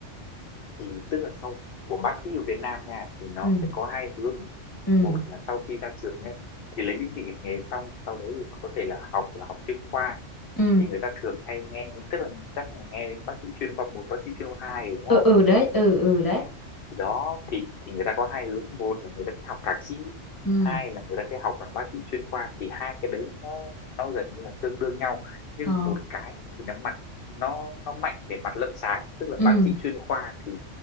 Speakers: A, on the left; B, on the left.
A: thì tức là sau của bác sĩ ở Việt Nam nha thì nó
B: ừ
A: sẽ có hai hướng
B: ừ
A: một là sau khi ra trường ấy thì lấy chứng chỉ hành nghề xong sau đấy thì có thể là học là học chuyên khoa
B: ừ
A: thì người ta thường hay nghe tức là chắc là nghe đến bác sĩ chuyên khoa một bác sĩ chuyên khoa hai đúng không
B: ừ ừ đấy ừ ừ đấy
A: thì đó thì thì người ta có hai hướng một là người ta sẽ học thạc sĩ
B: ừ
A: hai là người ta sẽ học là bác sĩ chuyên khoa thì hai cái đấy nó nó gần như là tương đương nhau nhưng
B: ờ
A: một cái thì nó mặt nó nó mạnh về mặt lâm sàng tức là
B: ừ
A: bác sĩ chuyên khoa thì